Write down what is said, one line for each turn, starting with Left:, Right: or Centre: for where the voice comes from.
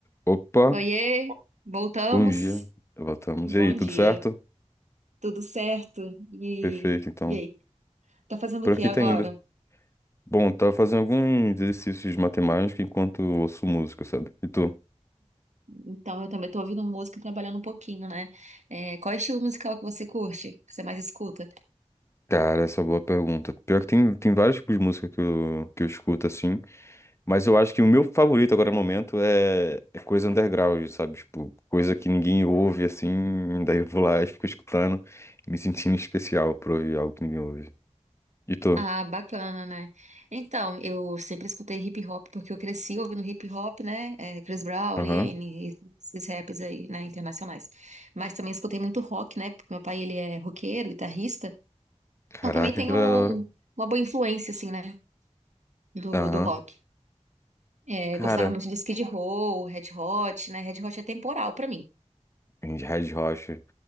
Left: Opa,
Right: Oiê, voltamos.
Left: bom dia. Voltamos.
Right: Bom
Left: E aí, tudo
Right: dia.
Left: certo?
Right: Tudo certo? E,
Left: Perfeito, então.
Right: e aí? Tá fazendo
Left: Por
Right: o que
Left: aqui
Right: agora?
Left: tá indo. Bom, tava fazendo alguns exercícios de matemática enquanto ouço música, sabe? E tu?
Right: Então, eu também tô ouvindo música e trabalhando um pouquinho, né? É, qual é o estilo musical que você curte? Que você mais escuta?
Left: Cara, essa é uma boa pergunta. Pior que tem, tem vários tipos de música que eu, que eu escuto, assim. Mas eu acho que o meu favorito agora no momento é, é coisa underground, sabe? Tipo, coisa que ninguém ouve, assim. Daí eu vou lá e fico escutando, me sentindo especial por ouvir algo que ninguém ouve. E tu?
Right: Ah, bacana, né? Então, eu sempre escutei hip hop porque eu cresci ouvindo hip hop, né? É, Chris Brown,
Left: Aham.
Right: Liene, esses raps aí, né? Internacionais. Mas também escutei muito rock, né? Porque meu pai, ele é roqueiro, guitarrista.
Left: Caraca,
Right: Então, também tenho
Left: que da hora.
Right: uma boa influência, assim, né? do,
Left: Aham.
Right: do rock. É,
Left: Cara.
Right: gostava muito de Skid Row, Red Hot, né? Red Hot é temporal pra mim.
Left: Red Red Rocha.